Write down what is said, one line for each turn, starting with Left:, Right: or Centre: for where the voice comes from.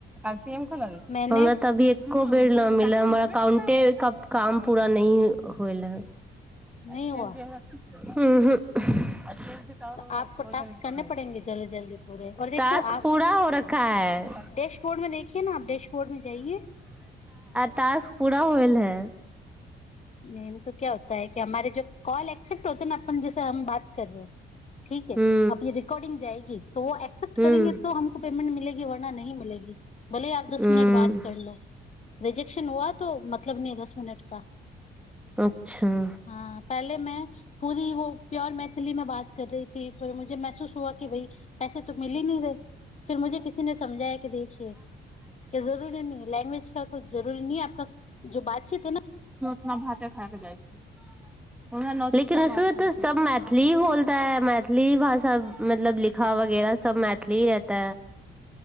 Centre: कसियम ख
Left: मैंने
Centre: हमरा त अभी एको बेड़ न मिल हमर अकाउंटे क काम पूरा नहि होएल हय
Left: नहीं हुआ
Centre: <unintelligible> ह ह तर
Left: तो आपको
Centre: ओजन
Left: टास्क
Centre: बढ़ाइ
Left: करने पड़ेंगे
Centre: छै
Left: जल्दी जल्दी पूरे और देखो
Centre: टास्क
Left: आप
Centre: पूरा हो रखा है
Left: डैशबोर्ड में देखिए ना आप डैशबोर्ड में जाइए
Centre: टास्क पूरा होल है
Left: मेन तो क्या होता है कि हमारे जो कॉल एक्सेप्ट होतेै न अपन जैस हम बात कर रहे ठीक है
Centre: हूं
Left: अब य रिकॉर्डिंग जाएगी त वो एक्सेप्ट
Centre: हूं
Left: करेंगे तो हमको पेमंट मिलेगी वरना नहि मिलेगी भले आ दस
Centre: हूं
Left: मिनट बात कर लो रिजेक्शन हुआ त मतलब नहि दस मिनट का
Centre: अच्छा
Left: हँ पहिले मे पूरी वो प्योर मैथिली मे बात कर रही ती पर महसूस हुआ कि भ पैसे त मिली नहि रहे फर मुझे किसी नहि समझाया कि देखिए कि जरुरी नहि लैंग्वेज अच्छ कछु जरूरी न आपक जो बातचीतै न
Centre: भाते खाक जा लेकिन उसमे त सब मैथिली ही बोलता है मैथिली भाषा मतलब लिखा वगैरह सब मैथिली ही रहता